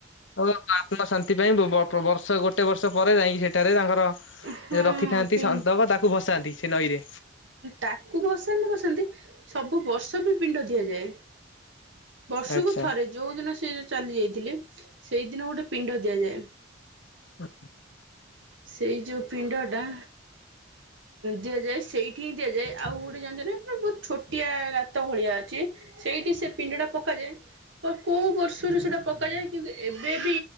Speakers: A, on the left; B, on the right.
A: <unintelligible> ଆତ୍ମା ଶାନ୍ତି ପାଇଁ ବ-ବ-ବର୍ଷ ଗୋଟେ ବର୍ଷ ପରେ ଯାଇକି ସେଠାରେ ତାଙ୍କର ସେ
B: ହଁ
A: ରଖିଥାନ୍ତି
B: ପି
A: ସନ୍ତକ ତାକୁ ଭସାନ୍ତି ସେ ନଈରେ।
B: ତାକୁ ବସାନ୍ତି ବସାନ୍ତି ସବୁ ବର୍ଷ ବି ପିଣ୍ଡ ଦିଆଯାଏ। ବର୍ଷକୁ
A: ଆଚ୍ଛା।
B: ଥରେ ଯୋଉ ଦିନ ସେ ଚାଲି ଯାଇଥିଲେ ସେଇଦିନ ଗୋଟେ ପିଣ୍ଡ ଦିଆଯାଏ।
A: ହଁ।
B: ସେଇ ଯଉ ପିଣ୍ଡଟା ଦିଆଯାଏ ସେଇଠି ହିଁ ଦିଆଯାଏ ଆଉ ଗୋଟେ ଜାଣିଛ ନା ପୁରା ବହୁତ ଛୋଟିଆ ଗାତ ଭଳିଆ ଅଛି। ସେଇଠି ସେ ପିଣ୍ଡ ଟା ପକାଯାଏ। କୋଉ ବର୍ଷରୁ ସେଟା ପକାଯାଏ କିନ୍ତୁ ଏବେ ବି